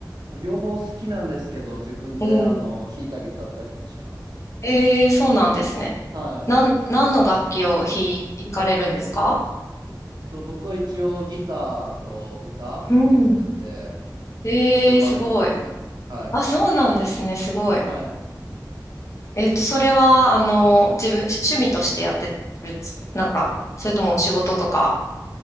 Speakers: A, on the right (about 70°); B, on the left (about 40°).
A: 両方好きなんですけど、自分であの弾いたり歌ったりもします。
B: うん。ええ、そうなんですね。
A: は
B: なん、何の楽器を弾、弾かれるんですか
A: い。えっと、僕は一応ギターと歌やってて、
B: うん。ええ、
A: 一応バンドも組んでます。
B: すごい。
A: はい。
B: あ、そうなんですね、すごい。
A: はい。
B: えっと、それは、あの、自分、趣味としてやってるんですかなんか、それとも仕事とか。